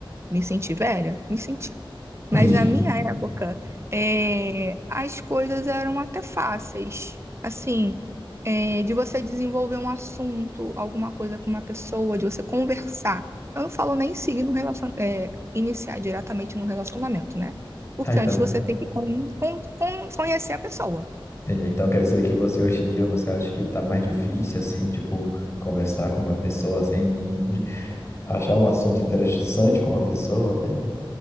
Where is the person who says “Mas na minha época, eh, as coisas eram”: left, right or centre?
Right